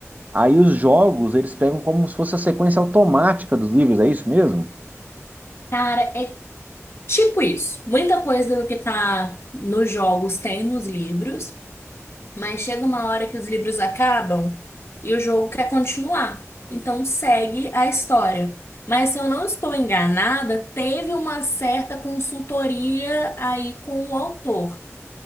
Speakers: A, on the right (about 30°); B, on the left (about 55°).
A: aí os jogos eles pegam como se fosse a sequência automática dos livros, é isso mesmo?
B: Cara, é tipo isso. Muita coisa do que tá nos jogos tem nos livros. Mas chega uma hora que os livros acabam e o jogo quer continuar. Então segue a história. Mas se eu não estou enganada, teve uma certa consultoria aí com o autor.